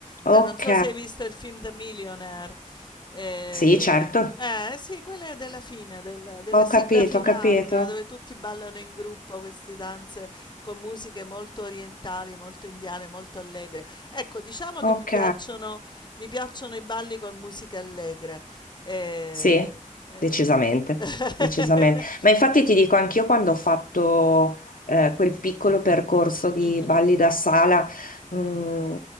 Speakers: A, on the left; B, on the left.
A: eh,
B: ok.
A: non so se hai visto il film The Millionaire. Eh,
B: Sì, certo,
A: eh, sì, quella è della fine, della, della
B: ho
A: sigla
B: capito,
A: finale,
B: ho capito.
A: quella dove tutti ballano in gruppo queste danze con musiche molto orientali, molto indiane, molto allegre. Ecco, diciamo
B: Ok.
A: che mi piacciono, mi piacciono i balli con musica allegra. Eh,
B: Sì,
A: eh.
B: decisamente,
A: <laughs>
B: decisamente. Ma infatti ti dico, anch'io quando ho fatto eh, quel piccolo percorso di
A: Mhm,
B: balli da sala, mh,